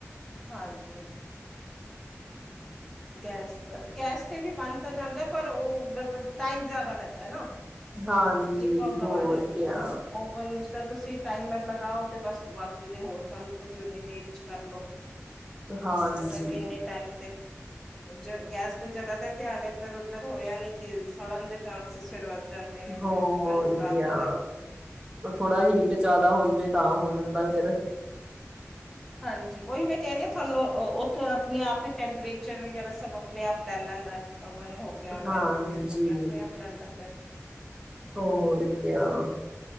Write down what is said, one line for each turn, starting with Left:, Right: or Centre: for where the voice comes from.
Centre: ਹਾਂਜੀ। ਗੈਸ ਦਾ ਵੀ, ਗੈਸ ਤੇ ਵੀ ਬੰਣ ਤਾਂ ਜਾਂਦਾ ਪਰ ਓ ਮਤਲਬ ਟਾਈਮ ਜਾਦਾ ਲੈਂਦਾ ਨਾ।
Right: ਹਾਂਜੀ
Centre: ਏਕ ਪ੍ਰੋਬਲਮ
Right: ਹੋਰ
Centre: ਆ ਜਾਂਦੀ
Right: ਕਿਆ
Centre: ੲੈ ਥੋੜਾ। ਓ ਗੱਲ ਇਸਰਾ ਤੁਸੀ ਟਾਈਮਰ ਲਗਾਓ ਕਿ ਬਸ, ਬਾਕੀ ਦੇ ਹੋਰ ਕੰਮ ਤੁਸੀਂ ਓਨੀ ਦੇਰ'ਚ ਕਰਲੋ।
Right: ਹਾਂਜੀ
Centre: ਕਰਤਾ ਵੀ ਇੰਨੇ ਟਾਈਮ ਤੇ ਜ ਗੈਸ ਤੇ ਜਿਆਦਾਤਰ ਧਿਆਨ ਇੱਧਰ-ਉੱਧਰ ਹੋਇਆ ਨੀ ਕਿ, ਸੜਨ ਦੇ ਚਾਂਸਿਸ ਸ਼ੁਰੂਆਤ ਜਾਂਦੇ ਨੇ,
Right: ਹੋਰ
Centre: ਫਿਰ ਓ ਮਨ ਖਰਾਬ
Right: ਕਿਆ
Centre: ਹੋਂਦੈ।
Right: ਥੋੜਾ ਹੀਟ ਜਿਆਦਾ ਹੋਜਵੇ, ਤਾਂ ਹੋ ਜਾਂਦਾ ਫਿਰ।
Centre: ਹਾਂਜੀ, ਉਹੀ ਮੈਂ ਕਹਿ ਰਹੀ ਆ, ਥੋਨੂੰ ਉੱਥੇ ਆਪਣੇ-ਆਪ ਈ ਟੈਂਪਰੇਚਰ ਵਗੈਰਾ ਸਭ ਅਪਣੇ-ਆਪ ਲੈ ਲੈਂਦਾ। ਅ ਬਾਨੇ ਹੋ ਮੈ ਹੋਗਿਆ, ਮਾਈਕ੍ਰੋਵੇਵ
Right: ਹਾਂਜੀ
Centre: ਹੋਗਿਆ, ਅਪਣੇ-ਆਪ ਲੈਂਦਾ
Right: ਹੋਰ ਕਿਆ